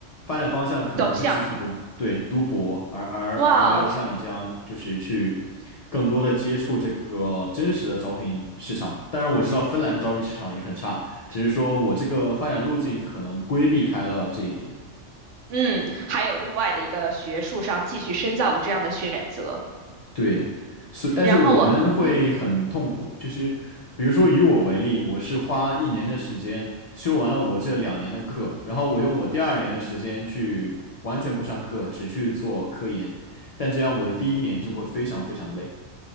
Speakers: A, on the left (about 75°); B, on the right (about 80°).
A: 发展方向可能是继续读，
B: 走向，
A: 对，读博，而而而没有像你这样就是去
B: 哇，这
A: 更多的接触这个真实的招聘市场。当然，我知道芬兰的招聘市场也很差，只是说我这个发展路径可能规避开了这一点。
B: 嗯，还有另外的一个学术上继续深造的这样的选择。
A: 对，所但是我们会很痛苦，
B: 然后我，嗯。
A: 就是比如说以我为例，我是花一年的时间修完了我这两年的课，然后我用我第二年的时间去完全不上课，只去做科研，但这样我的第一年就会非常非常累。